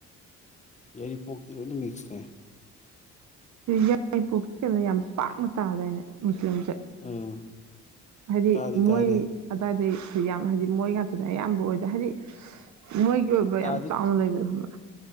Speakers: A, on the left; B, on the right.
A: ꯌꯥꯏꯔꯤꯄꯣꯛꯇꯤ ꯂꯣꯏꯅ ꯃꯤꯛꯁꯅꯦ
B: ꯌꯥꯏꯄꯣꯛ ꯀꯩꯅꯣ ꯌꯥꯝ ꯄꯥꯛꯅ ꯇꯥꯗꯥꯏꯅꯦ ꯃꯨꯁꯂꯤꯝ
A: ꯎꯝ
B: ꯍꯥꯏꯗꯤ
A: ꯇꯥꯗꯤ
B: ꯃꯣꯏ
A: ꯇꯥꯗꯦ
B: ꯑꯗꯥꯏꯗꯩ ꯌꯥꯝ ꯍꯥꯏꯗꯤ ꯃꯣꯏ ꯉꯥꯛꯇꯗ ꯑꯌꯥꯝꯕ ꯑꯣꯏꯗ ꯍꯥꯏꯗꯤ ꯃꯣꯏꯒꯤ ꯑꯣꯏꯕ
A: ꯇꯥꯗꯤ
B: ꯌꯥꯝ ꯆꯥꯎꯅ ꯂꯩꯕꯗꯣ <unintelligible>